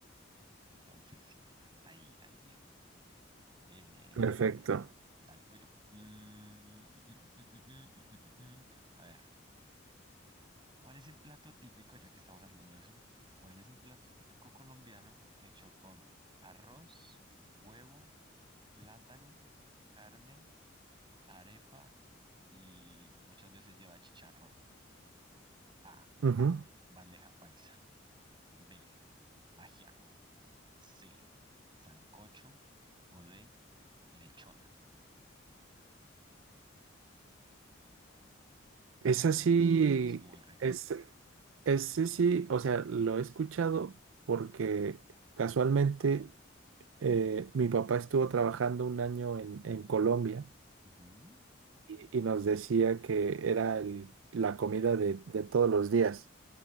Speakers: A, on the right; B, on the right.
A: entonces sí, ahí, ahí bien. Eh,
B: perfecto.
A: Dale, voy yo. Mm, mm, mm, mm, mm, mm, mm, mm. mm, mm. A ver, ¿cuál es el plato típico, ya que estamos hablando de eso? ¿Cuál es el plato típico colombiano hecho con arroz, huevo, plátano, carne, arepa y muchas veces lleva chicharrón? A,
B: Ujú.
A: bandeja paisa. B, ajiaco. C, sancocho o D, lechona.
B: Esa
A: Es muy rico,
B: sí,
A: es muy rico.
B: es, ese sí, sí, o sea, lo he escuchado porque casualmente eh, mi papá estuvo trabajando un año en, en Colombia
A: Ujú.
B: y, y nos decía que era el- la comida de de todos los días.